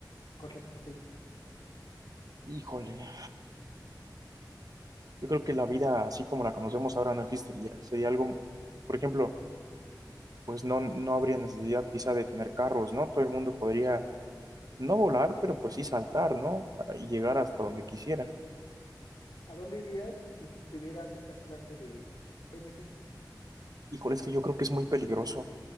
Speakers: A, on the left (about 85°); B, on the right (about 55°).
A: Correcto, sí.
B: Híjole, yo creo que la vida así como la conocemos ahora no existiría. Sería algo, por ejemplo, pues no, no habría necesidad quizá de tener carros, ¿no? Todo el mundo podría no volar, pero pues sí saltar, ¿no? Ah, Y llegar hasta donde quisiera.
A: ¿A dónde irías si tuvieras esa clase de beneficio? <laughs>
B: Híjole, es que yo creo que es muy peligroso.